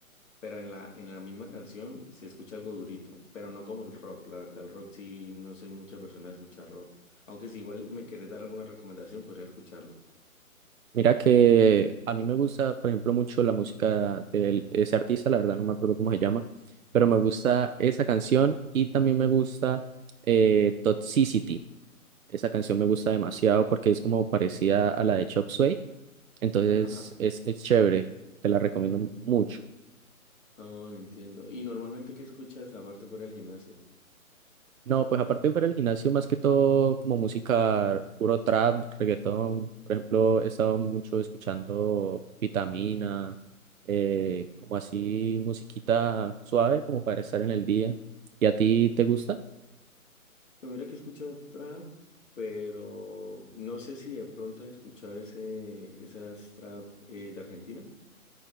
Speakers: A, on the left (about 60°); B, on the right (about 70°).
A: pero en la, en la misma canción se escucha algo durito, pero no como el rock, la verdad, el rock sí no soy mucha persona de escuchar rock, aunque si igual me querés dar alguna recomendación, podría escucharlo.
B: Mira que a mí me gusta, por ejemplo, mucho la música de ese artista, la verdad no me acuerdo cómo se llama, pero me gusta esa canción y también me gusta eh, Toxicity. Esa canción me gusta demasiado porque es como parecida a la de Chop Suey, entonces
A: Ajá.
B: es, es chévere, te la recomiendo mucho.
A: Oh, entiendo. ¿Y normalmente qué escuchas aparte fuera del gimnasio?
B: No, pues aparte de fuera del gimnasio, más que todo como música, puro trap, reggaetón. Por ejemplo, he estado mucho escuchando Vitamina, eh, como así musiquita suave, como para estar en el día. ¿Y a ti te gusta?
A: Pues Mira que he escuchado trap, pero no sé si de pronto has escuchado ese, esas trap eh, de Argentina.